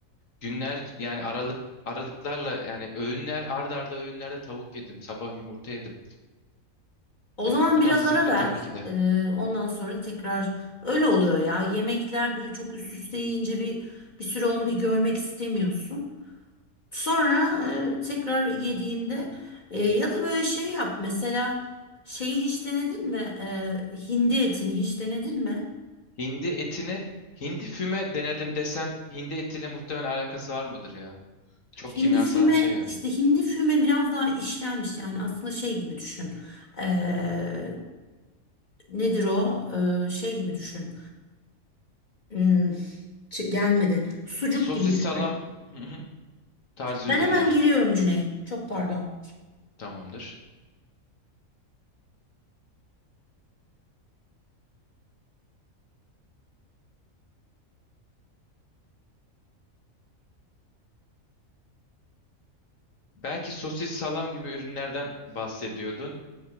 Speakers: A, on the left; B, on the left.
A: Günler yani aralık aralıklarla yani öğünler arda arda öğünlerde tavuk yedim. Sabah yumurta yedim.
B: O
A: Ee,
B: zaman
A: bu
B: biraz
A: da sıktı
B: ara ver.
A: tabii ki de.
B: E, ondan sonra tekrar öyle oluyor ya. Yemekler böyle çok üst üste yiyince bir bir süre onu bir görmek istemiyorsun. Sonra e, tekrar yediğinde e, ya da böyle şey yap mesela şeyi hiç denedin mi? E, hindi etini hiç denedin mi?
A: Hindi etini hindi füme denedim desem hindi etiyle muhtemelen alakası var mıdır ya? Çok kimyasal
B: Hindi füme
A: bir şey ya.
B: işte hindi füme biraz daha işlenmiş yani aslında şey gibi düşün. E, nedir o? E, şey gibi düşün. Hmm, çı- gelmedi. Sucuk
A: Sosis
B: gibi düşün.
A: salam hı hı, tarzı
B: Ben
A: ürünler
B: hemen geliyorum Cüneyt. Çok pardon.
A: tamamdır. Belki sosis salam gibi ürünlerden bahsediyordun.